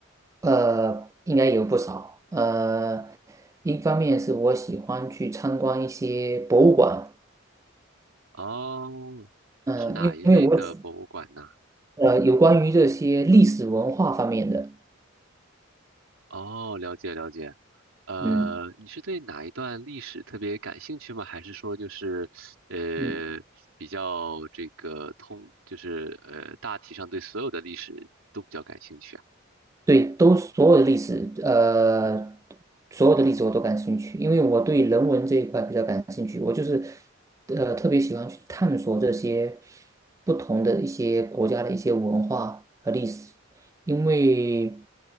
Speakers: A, on the right; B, on the right.
A: 呃，应该有不少。呃，一方面是我喜欢去参观一些博物馆，
B: 哦，
A: 嗯、
B: 是哪一类的博物馆呢？
A: 因为我喜呃有关于这些历史文化方面的，
B: 哦，了解了解。呃，
A: 嗯
B: 你是对哪一段历史特别感兴趣吗？还是说就是，呃，
A: 嗯
B: 比较这个通，就是呃，大体上对所有的历史都比较感兴趣啊？
A: 对，都所有的历史，呃，所有的历史我都感兴趣，因为我对人文这一块比较感兴趣。我就是，呃，特别喜欢去探索这些不同的一些国家的一些文化和历史，因为，